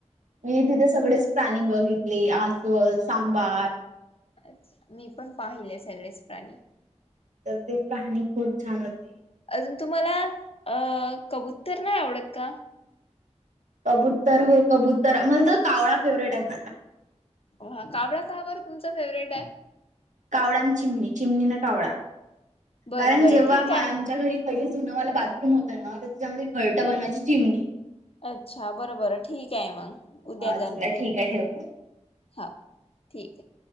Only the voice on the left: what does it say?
अच्छा मी पण पाहिले सगळेच प्राणी
अजून तुम्हाला अं कबुतर नाही आवडत का
हा कावळा का बर तुमचा फेवरेट हाय
बरं
बरं
ठीक
आहे मग.
अच्छा बरोबर ठीक आहे मग उद्या
जाणून घेऊया
हा ठीक आहे